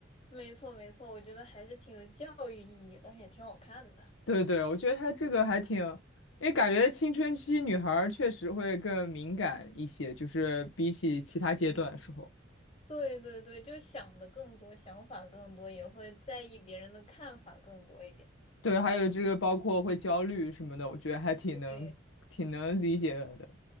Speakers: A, on the left; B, on the left.
A: 没错没错，我觉得还是挺有教育意义的，也挺好看的。<laughs>
B: 对对，我觉得他这个还挺，因为感觉青春期女孩儿确实会更敏感一些，就是比起其他阶段的时候。
A: 对对对，就想的更多，想法更多，也会在意别人的看法更多一点。
B: 对，还有这个包括会焦虑什么的，我觉得还挺能挺能理解的。
A: 对，